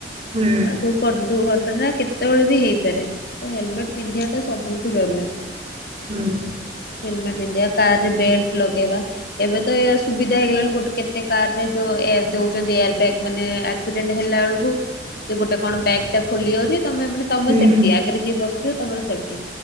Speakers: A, on the right (about 35°); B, on the left (about 60°).
A: ହୁଁ।
B: ଆ ଦୁକ ଦୁର୍ଘଟଣା କେତେବେଳେ ବି ହେଇପାରେ। ହେଲମେଟ୍ ପିନ୍ଧିବା ଟା ସବୁଠୁ ଜରୁରୀ।
A: ହୁଁ।
B: ହେଲମେ ପିନ୍ଧିବା, କାର ରେ ବେଲଟ୍ ଲଗେଇବା, ଏବେ ତ ଏ ସୁ ସୁବିଧା ହେଇଗଲାଣି। ଗୋଟେ କେତେ କାର ରେ ଯୋ ଏୟାର ଦଉଛନ୍ତି ଏୟାର ବ୍ୟାଗ୍ ମାନେ ଆକ୍ସିଡେଣ୍ଟ ହେଲା ବେଳକୁ ସେ ଗୋଟେ କଣ ବ୍ୟାଗ୍ ଟା ଖୋଲି ଯାଉଛି? ତମେ ମାନେ ତମ
A: ହୁଁ
B: ସେଫ୍ଟି ଆଗରେ ଯିଏ ବସିଥିବ ତମର ସେଫ୍ଟି।